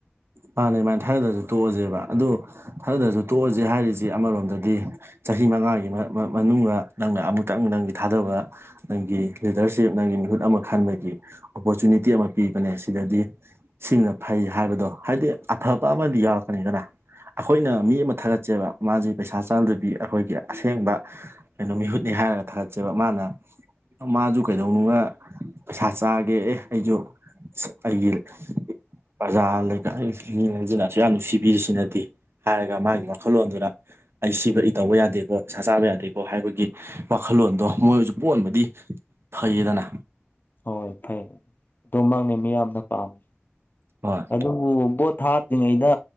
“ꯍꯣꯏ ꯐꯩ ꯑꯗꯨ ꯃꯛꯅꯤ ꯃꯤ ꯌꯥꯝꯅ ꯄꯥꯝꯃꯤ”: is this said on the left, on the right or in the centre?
Left